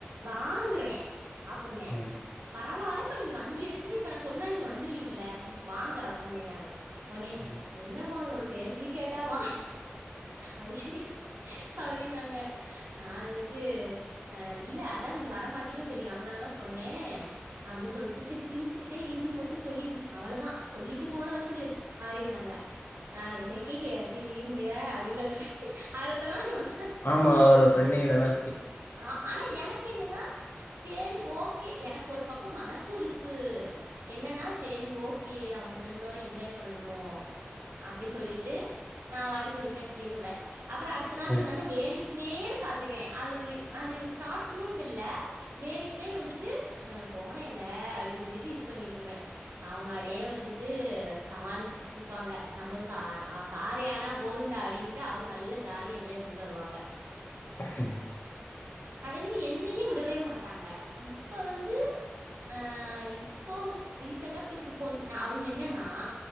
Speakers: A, on the right; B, on the left.
A: வாங்றேன் அப்ன்னே
B: ம்
A: பரவால இப்ப நீங்க வண்டி எடுத்துட்டு இப்ப நான் சொன்னா நீங்க வந்துருவீங்கள இப்ப வாங்க அப்ன்னே நானு உடனே
B: ம்
A: என்ன பானு ஒரு பேச்சு கேட்டா வா அய்யயோ அப்டினாங்க நான் இருந் ட்டு ச்சு இல்ல அதான் நீங்க வரமாட்டீங்கன்னு தெரியும் அதனாலதான் சொன்னேன் அப்டி சொல்லிட்டு செரி சிரிச்சுக்கிட்டே இருன்னு மட்டும் சொல்லிரு அவ்ளதான் சொல்லிட்டு போனை வச்சுிரு அப்டின்னாங்க நான்ஹக ச இருங்க அப்படின்னு வச்சு அடுத்தநாள் வந்தாங்க
B: ஆமா அவர் ஃப்ரெண்டிங்க நல்லா
A: ஆஹ் ஆனா எனக்கு என்னன்னா சே செரி ஓகே எனக்கு ஒரு பக்கம் மனசும் இருக்கு என்னன்னா செரி ஓகே அவங்க ஃப்ரெண்டோட என்ஜாய் பண்ணட்டும் அப்படி சொல்லிட்டு நான் வாட்டுக்கு இருப்பேன் பிள்ளைங்க கூட ச்சு அப்புறோ அடுத்த நாள் வந்தாங்கன
B: ம்
A: வேணிக் மேன்னு காட்டுவேன் அது அது காட்டணுட்டு இல்ல வேனுக்கு மேன் வந்துட்டு அ போனேல அப்படின்னு சொல்லிட் ட்டு இது பண்ணிட்டு இருப்பேன் அவங்க அடயே வந்துட்டு சமாளிச்சுட்டு இருப்பாங்க நம்மளுக்கு கா காரியான போதுண்டா அப்படின்னுட்டு அவங்க நல்லா ஜாலிய என்ஜாய் பண்ணிட்டு வருவாங்க
B: <unintelligible>
A: அதே மாரி என்னையு விடவே மாட்டாங்க இப்ப வந்து ஆஹ் இப்போ ரீசென்டா பேசிருப்பேன் அவ்ங்க என்னன்னா